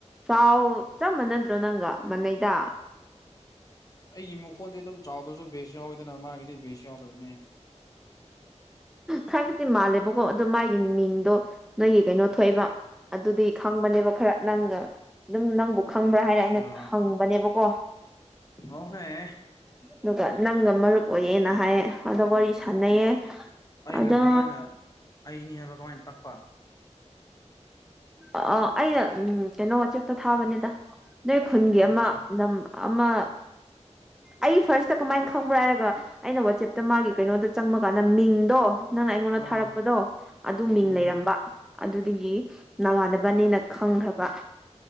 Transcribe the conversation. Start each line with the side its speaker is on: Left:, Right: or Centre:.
Centre: ꯆꯥꯎ ꯆꯞꯃꯥꯟ ꯑꯗꯨ꯭ꯔꯣ ꯅꯪꯒ ꯃꯅꯩꯗ
Left: ꯑꯩꯒꯤ ꯃꯀꯣꯟꯗꯤ ꯑꯗꯨꯝ ꯆꯥꯎꯗ꯭ꯔꯁꯨ ꯕꯦꯁ ꯌꯥꯎꯋꯤꯗꯅ ꯃꯥꯒꯤꯗꯤ ꯕꯦꯁ ꯌꯥꯎꯗꯕꯅꯤ
Centre: ꯈꯔ ꯈꯛꯇꯤ ꯃꯥꯜꯂꯦꯕꯀꯣ ꯑꯗꯨ ꯃꯥꯒꯤ ꯃꯤꯡꯗꯣ ꯅꯣꯏꯒꯤ ꯀꯩꯅꯣ ꯊꯣꯛꯑꯦꯕ ꯑꯗꯨꯗꯤ ꯈꯪꯕꯅꯦꯕ ꯈꯔ ꯅꯪꯒ ꯑꯗꯨꯝ ꯅꯪꯕꯨ ꯈꯪꯕ꯭ꯔꯥ
Left: ꯑꯆꯥ
Centre: ꯍꯥꯏꯅ ꯑꯩꯅ ꯍꯪꯕꯅꯦꯕꯀꯣ
Left: ꯑꯣꯍꯦ
Centre: ꯑꯗꯨꯒ ꯅꯪꯒ ꯃꯔꯨꯞ ꯑꯣꯏꯌꯦꯅ ꯍꯥꯏꯌꯦ ꯑꯗ ꯋꯥꯔꯤ ꯁꯥꯟꯅꯩꯌꯦ
Left: ꯑꯩꯒ
Centre: ꯑꯗꯣ
Left: ꯀꯃꯥꯏꯅ ꯑꯩꯅꯤ ꯍꯥꯏꯕ ꯀꯃꯥꯏꯅ ꯇꯛꯄ
Centre: ꯑ ꯑꯩꯅ ꯎ ꯀꯩꯅꯣ ꯋꯥꯆꯦꯞꯇ ꯊꯥꯕꯅꯤꯗ ꯅꯣꯏ ꯈꯨꯟꯒꯤ
Left: ꯑꯣ
Centre: ꯑꯃ
Left: ꯑꯠꯆꯥ
Centre: ꯅꯝ ꯑꯃ ꯑꯩ ꯐꯥꯔꯁꯇ ꯀꯃꯥꯏꯅ ꯈꯪꯕ꯭ꯔꯥ ꯍꯥꯏꯔꯒ ꯑꯩꯅ ꯋꯥꯆꯦꯞꯇ ꯃꯥꯒꯤ ꯀꯩꯅꯣꯗ ꯆꯪꯕꯀꯥꯟꯗ ꯃꯤꯡꯗꯣ ꯅꯪꯅ ꯑꯩꯉꯣꯟꯗ
Left: ꯑꯥ
Centre: ꯊꯥꯔꯛꯄꯗꯣ ꯑꯗꯨ ꯃꯤꯡ
Left: ꯎꯝ
Centre: ꯂꯩꯔꯝꯕ ꯑꯗꯨꯗꯒꯤ ꯅꯃꯥꯟꯅꯕꯅꯦꯅ ꯈꯪꯈ꯭ꯔꯕ